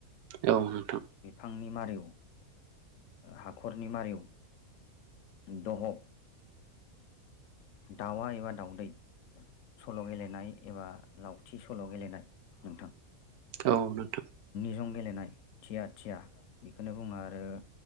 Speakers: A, on the right; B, on the left.
A: औ नोंथां
B: आंनि मारिव हाखरनि मारिव दह' ओ दाउआ एबा दाउदै सल' गेलेनाय एबा लावथि सल' गेलेनाय नोंथां
A: औ नोंथां
B: जों गेलेनाय थिया थिया बेखौनो बुङो आरो